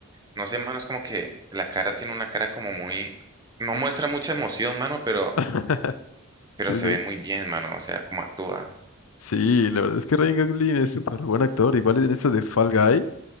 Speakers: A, on the right; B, on the left.
A: no sé, mano, es como que la cara tiene una cara como muy, no muestra mucha emoción, mano, pero,
B: <laughs>
A: pero
B: Sí,
A: se
B: sí.
A: ve muy bien, mano, o sea, cómo actúa.
B: Sí, la verdad es que Ryan Gosling es súper buen actor. Igual en esta de Fall Guy.